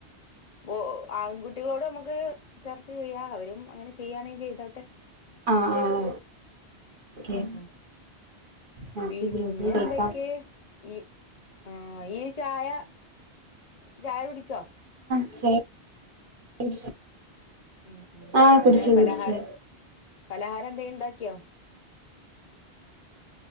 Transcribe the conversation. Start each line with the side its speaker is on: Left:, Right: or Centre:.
Left: ഓ ആൺകുട്ടികളോട് ഞമ്മക്ക് ചർച്ച ചെയ്യാം അവരും അങ്ങനെ ചെയ്യാണെ ചെയ്തോട്ടെ
Right: ആഹ് ആഹ് ഓക്കെ
Left: ഉം ഉം
Right: നമുക്ക്
Left: പിന്നെ
Right: ഗ്രൂപ്പിൽ
Left: എന്തൊക്കെ
Right: ചോയിക്കാം
Left: യ്യ് ആ യ്യ് ചായ ചായ കുടിച്ചോ
Right: <unintelligible>
Left: ഉം ഉം
Right: ആ
Left: എന്താ
Right: കുടിച്ച്
Left: പലഹാരം
Right: കുടിച്ച്
Left: പലഹാരം എന്തെ ഇണ്ടാക്കിയോ